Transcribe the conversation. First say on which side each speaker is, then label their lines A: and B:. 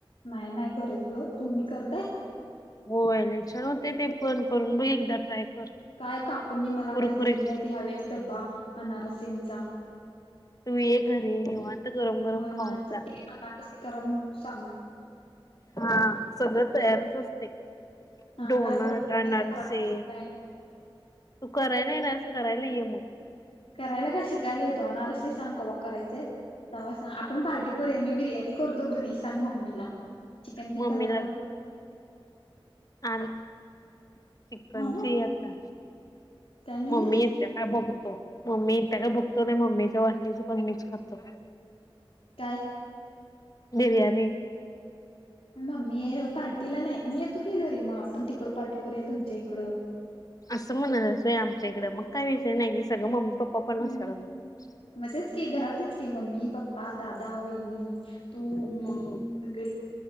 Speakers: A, on the left; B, on the left.
A: नाही नाही करत ग तुम्ही करताय?
B: होय लई छान वाटतय ते पन करून बघ एकदा ट्राय कर.
A: काय काकूंनी मला
B: कुरकुरीत
A: काय दिली नाहीत ह्या वेळेस डब्बा अनारसेंचा.
B: तू ये घरी निवांत गरम गरम
A: होय
B: खाऊन
A: माझ्यासाठी
B: जा.
A: अनारसे करा म्हणून सांग
B: हा सगळं तयारच असते.
A: हा
B: डोनट
A: काय बोलवत
B: अनरसे.
A: नाही
B: तू करायला येणारस करायला ये मग.
A: करायला काय शिकायला येतो, अनारसे ते सांग कवा करायचेत तेव्हा सांग आपण पार्टी करूया मी बिर्याणी करतो घरी सांग मम्मीला चिकन बिकन
B: मम्मीला
A: आ
B: आण चिकनची
A: म
B: आता
A: काय म्हणलीस
B: मम्मीे त्या काय बघतो मम्मी त्या काय बघतो ना मम्मीच्या वासनीच पण मीच खातो.
A: काय.
B: बिरयाणी.
A: मम्मी हाय पार्टीला नाही मी य तू की घरी मग आपण तिकडं पार्टी करूया तुमच्या इकडं.
B: असं म्हणाल असोय आमच्या इकड मग काही विषय नाही की सगळं मम्मी पप्पा पण
A: हम्म
B: आसतात आमचं.
A: मग तेच की घरातच की मम्मी पप्पा दादा वहिणी. तू
B: असतात
A: मी सगळे.